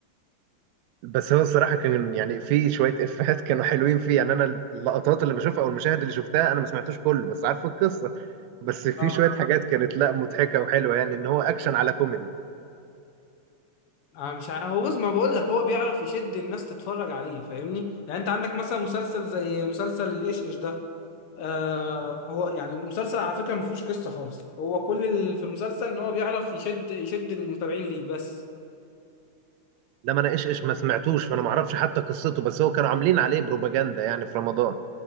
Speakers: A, on the right; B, on the left.
A: بس هو الصراحه كان يعني في شويه افيهات كانوا حلوين فيه يعني انا اللقطات اللي بشوفها او المشاهد اللي شفتها انا ما سمعتوش كله بس عارف القصه بس في
B: اه
A: شويه حاجات كانت لا مضحكه وحلوه يعني ان هو اكشن على كوميدي
B: آه، مش ع- هو بص ما بقول لك هو بيعرف يشد الناس تتفرج عليه فاهمني يعني انت عندك مثلا مسلسل زي مسلسل الايش ايش ده آه هو يعني المسلسل على فكره ما فيهوش قصه خالص هو كل اللي في المسلسل ان هو بيعرف يشد يشد المتابعين ليه بس
A: لما انا ايش ايش ما سمعتوش فانا ما اعرفش حتى قصته بس هو كانوا عاملين عليه بروباجندا يعني في رمضان